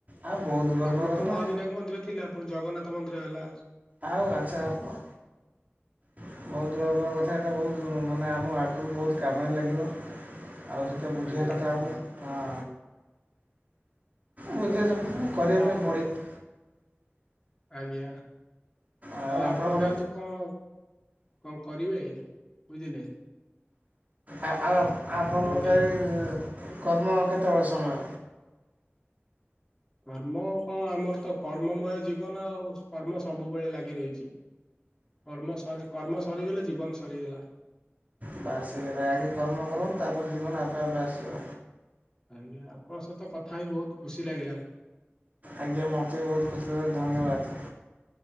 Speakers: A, on the right; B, on the left.
A: ଆଉ ବହୁତ ଗର୍ବର
B: ଆଗରୁ
A: କଥା
B: ତ
A: ନା
B: ମହାବିନାୟକ ମନ୍ଦିର ଥିଲା, ପୁଣି ଜଗନ୍ନାଥ ମନ୍ଦିର ହେଲା ଆ
A: ଆଉ ଆଚ୍ଛା ଆପ ବହୁତ ଗର୍ବର କଥା, ଏଟା ବହୁତ ମାନେ ଆମ ଆଗକୁ ବହୁତ କାମରେ ଲାଗିବ। ଆଉ ସେଟା ବୁଝିବା
B: ଆଜ୍ଞା
A: କଥା ଆଉ, ହଁ, ବୁଝିବା କଥା ନା କରିବା
B: ହଉ ଆପଣ
A: ପାଇଁ ପଡ଼ିବ।
B: ଆଜ୍ଞା,
A: ଆଉ
B: ହଁ
A: ଆପଣଙ୍କର
B: ଆପଣ ଯାଆନ୍ତୁ କଣ କଣ କରିବେ, ବୁଝିଲେ?
A: ଆ ଆଉ ଆପଣଙ୍କର
B: ଆମେ ଯେ
A: କାହି କର୍ମ କେତେବେଳେ ସମୟ?
B: କର୍ମ କଣ, ଆମର ତ କର୍ମମୟ ଜୀବନ, ଆଉ କର୍ମ ସବୁବେଳେ ଲାଗି ରହିଛି। କର୍ମ ସରି, କର୍ମ ସରିଗଲେ ଜୀବନ ସରିଗଲା।
A: ବାସ ସେଇ କଥା, ଆଗେ କର୍ମ କରନ୍ତୁ, ତାପରେ ଜୀବନ ଆପେ ଆପେ ଆସିବ।
B: ଆଜ୍ଞା, ଆପଣଙ୍କ ସହିତ କଥା ହଇ ବହୁତ ଖୁସି ଲାଗିଲା।
A: ଆଜ୍ଞା, ମୋତେ ବି ବହୁତ ଖୁସିରେ, ଧନ୍ୟବାଦ।